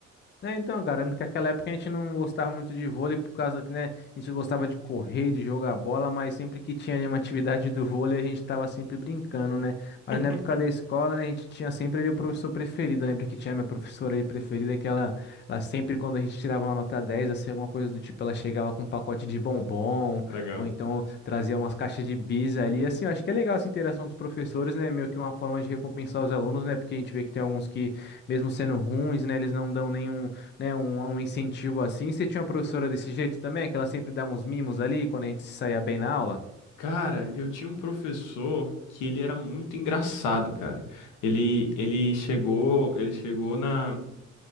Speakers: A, on the left; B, on the left.
A: Né, então, cara, lembro que naquela época a gente não gostava muito de vôlei por causa que, né, a gente gostava de correr, de jogar bola, mas sempre que tinha ali uma atividade do vôlei, a gente tava sempre brincando, né? Mas
B: <laughs>
A: na época da escola, né, a gente tinha sempre ali o professor preferido. Eu lembro que tinha minha professora ali preferida, que ela, ela sempre, quando a gente tirava uma nota 10, assim, alguma coisa do tipo, ela chegava com um pacote de bombom,
B: Legal.
A: ou então trazia umas caixas de bis ali. Assim, eu acho que é legal essa interação dos professores, né? Meio que uma forma de recompensar os alunos, né? Porque a gente vê que tem alguns que mesmo sendo ruins, né, eles não dão nenhum né, um, um incentivo assim. Você tinha uma professora desse jeito também, que ela sempre dava uns mimos ali quando a gente se saía bem na aula?
B: Cara, eu tinha um professor que ele era muito engraçado, cara. Ele, ele chegou, ele chegou na